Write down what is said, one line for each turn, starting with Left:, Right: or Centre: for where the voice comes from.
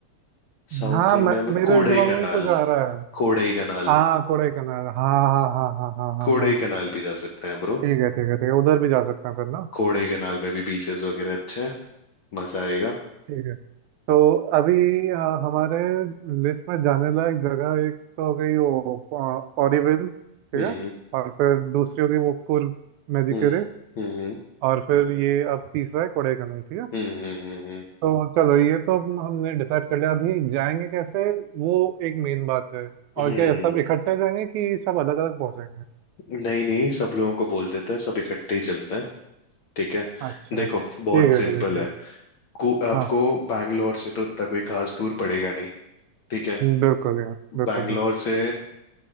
Left: साउथ
Right: हाँ
Left: इंडिया
Right: मैं,
Left: में
Right: मेरे
Left: कोडई
Right: दिमाग
Left: कनाल
Right: में भी कुछ आ रहा है
Left: कोडई कनाल
Right: हाँ कोडाईकनाल हाँ हाँ हाँ हाँ हाँ हाँ
Left: कोडई
Right: हाँ
Left: कनाल भी जा सकते हैं ब्रो
Right: ठीक है ठीक है ठीक है उधर भी जा सकते हैं फिर ना
Left: कोडई कनाल में भी बीचेस वगैरह अच्छे हैं मजा आएगा
Right: ठीक है तो अभी अ, हमारे लिस्ट में जाने लायक जगह एक तो हो गई वो ऑरीविल ठीक
Left: हम्म
Right: है और फिर दूसरी हो गई वो कुर्ग मेडिकेरे
Left: हम्म हम्म
Right: और फिर ये अब तीसरा है कोडाइकनाल ठीक है
Left: हम्म हम्म हम्म, हम्म।
Right: तो चलो ये तो हम- हमने डिसाइड कर लिया अभी जाएंगे कैसे वो एक मेन बात है और
Left: हम्म।
Right: क्या ये सब इकट्ठे जाएंगे कि सब अलग अलग पहुंचेंगे
Left: नहीं नहीं सब लोगों को बोल देते हैं सब इकट्ठे ही चलते हैं ठीक है
Right: अच्छा
Left: देखो
Right: ठीक
Left: बहुत
Right: है
Left: सिंपल
Right: ठीक है ठीक
Left: है
Right: है
Left: कु- आपको
Right: हाँ
Left: बैंगलोर से तो इतना कोई खास दूर पड़ेगा नहीं ठीक है
Right: बिल्कुल यार बिल्कुल
Left: बैंगलोर
Right: बिल्कुल
Left: से